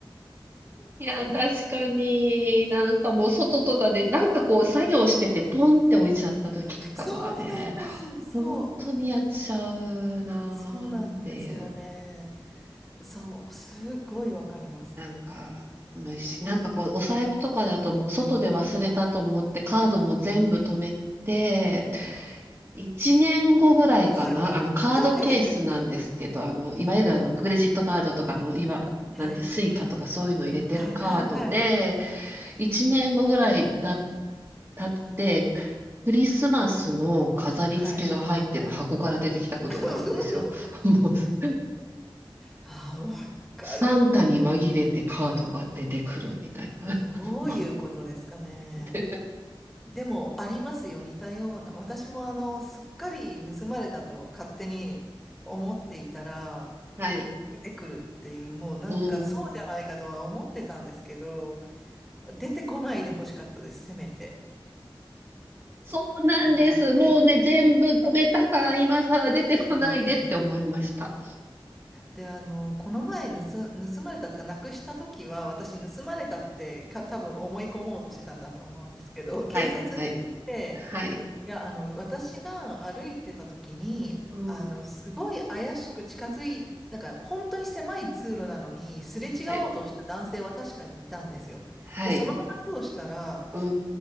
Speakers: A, on the right; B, in the centre.
A: いや、
B: <laughs>
A: 確かに、なんかもう外とかで、なんかこう作業しててポンって置いちゃった時とかはね、
B: そうなんですよ、そ
A: 本当にやっちゃうなーっていう、
B: う。そうなんですよね。そう、すごいわかります。
A: なんか、虫、なんかこうお財布とかだともう外で忘れたと思ってカードも全部止めて、1年後ぐらいかな、
B: まさか。
A: あのカードケースなんですけど、
B: はい。
A: あの、いわゆるあのクレジットカードとかの、いわ、
B: はい。
A: なんて、スイカとかそういうの入れてるカードで、
B: はい。はい。はい。はい。
A: 一年後ぐらいだ、経って、クリスマスの飾り付けが入ってる箱から出てきたことがあるんですよ。
B: はい。<laughs>
A: <laughs> もう、
B: ああ、わかる。
A: サンタに紛れてカードが出てくるみたいな。
B: どういうことですかね。
A: <laughs> もうで
B: でも、ありますよ、似たような。私も、あの、すっかり盗まれたと勝手に思っていたら、
A: はい。
B: 出てくるっていう、もうなんかそうじゃないかとは思ってたんですけど、
A: うん。
B: 出てこないでほしかったです、せめて。
A: そうなんです。
B: なんて。
A: もうね、全部止めたから今更出てこないでって思いました。
B: そうなんですよ。で、あの、この前盗、盗まれたとか、なくした時は、私、盗まれたってか、多分思い込もうとしてたんだと思うんですけど、警察に行って、
A: はい、はい、はい。
B: いや、あの、私が歩いてた時に、
A: うん。
B: あの、すごい怪しく近づい、なんか本当に狭い通路なのに、すれ違おうとした男性は確かにいたんですよ。
A: はい、はい。
B: で、その話をしたら、
A: うん、